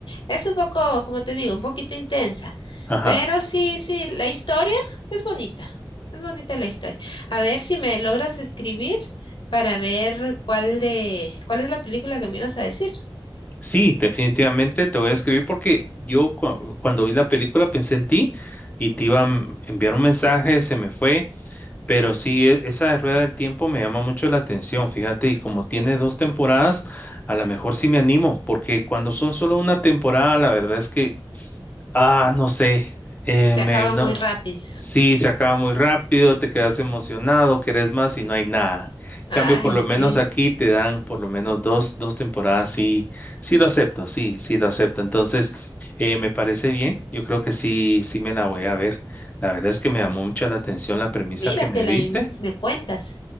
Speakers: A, on the left; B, on the left.
A: es un poco, como te digo, un poquito intensa.
B: Ajá.
A: Pero sí, sí, la historia es bonita. Es bonita la historia. A ver si me logras escribir para ver cuál de, cuál es la película que me ibas a decir.
B: Sí, definitivamente te voy a escribir porque yo cu- cuando vi la película pensé en ti y te iba a m- enviar un mensaje, se me fue Pero sí, e- esa de Rueda del Tiempo me llama mucho la atención, fíjate, y como tiene dos temporadas, a lo mejor sí me animo, porque cuando son solo una temporada, la verdad es que Ah, no sé. Eh,
A: Se
B: me,
A: acaba
B: no.
A: muy rápido.
B: Sí, se acaba muy rápido, te quedas emocionado, querés más y no hay nada. En
A: Ay,
B: cambio, por lo
A: sí.
B: menos aquí te dan por lo menos dos, dos temporadas. Sí, sí lo acepto, sí, sí lo acepto. Entonces, eh, me parece bien. Yo creo que sí, sí me la voy a ver. La verdad es que me llamó mucho la atención la premisa
A: Míratela
B: que me diste.
A: y me cuentas.